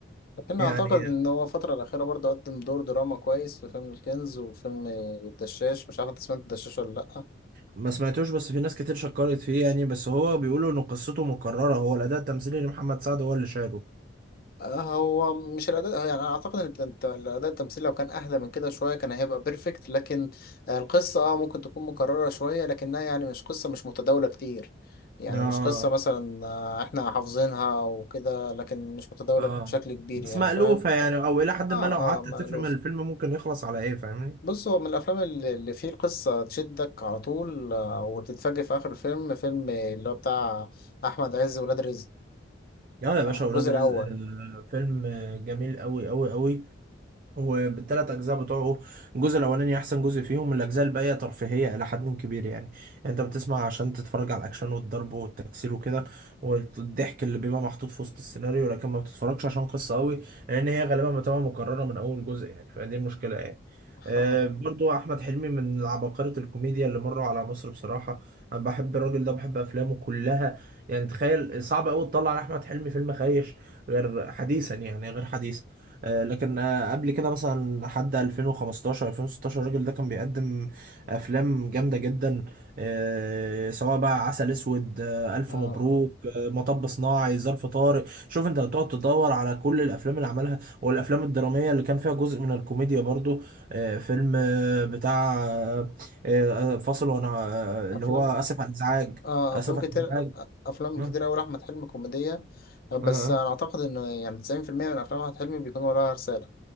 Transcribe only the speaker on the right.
يعني
ما سمعتوش بس في ناس كتير شكرت فيه يعني بس هو بيقولوا ان قصته مكررة هو الاداء التمثيلي لمحمد سعد هو اللي شايله
امم
اه
بس
مألوفة
يعني او الى حد
ما لو قعدت
تفهم الفيلم ممكن يخلص على ايه فاهمني
يلا يا باشا
اولاد
رزق آه، فيلم آه، جميل قوي قوي قوي هو بالتلات أجزاء بتوعه الجزء الأولاني أحسن جزء فيهم الأجزاء الباقية ترفيهية إلى حد كبير يعني يعني أنت بتسمع عشان تتفرج على الأكشن والضرب والتكسير وكده والضحك اللي بيبقى محطوط في وسط السيناريو لكن ما بتتفرجش عشان قصة قوي لأن هي غالبا بتبقى مكررة من أول جزء يعني فدي المشكلة يعني آه،
برضو أحمد حلمي من العباقرة الكوميديا اللي مروا على مصر بصراحة أنا بحب الراجل ده بحب أفلامه كلها يعني تخيل صعب أوي تطلع على أحمد حلمي فيلم خايش غير حديثا يعني غير حديث آه، لكن آه، قبل كده مثلا لحد 2015 2016 الراجل ده كان بيقدم افلام جامده جدا آه، سواء بقى عسل اسود آه، الف
مبروك آه، مطب صناعي ظرف طارق شوف انت بتقعد تدور على كل الافلام اللي عملها والافلام الدراميه اللي كان فيها جزء من الكوميديا برضو آه، فيلم آه، بتاع آه، آه، فاصل وانا آه، اللي
هو اسف على الازعاج
اسف
على
الازعاج
آه،
آه، آه،